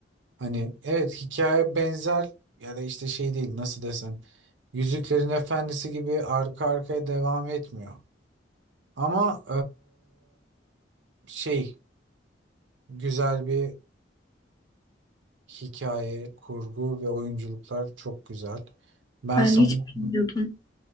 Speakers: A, on the right; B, on the left.
A: Hani evet hikaye benzer ya da işte şey değil nasıl desem. Yüzüklerin Efendisi gibi arka arkaya devam etmiyor. Ama eee, şey güzel bir Hikaye, kurgu ve oyunculuklar çok güzel. Ben
B: ben
A: sana
B: hiç bilmiyordum.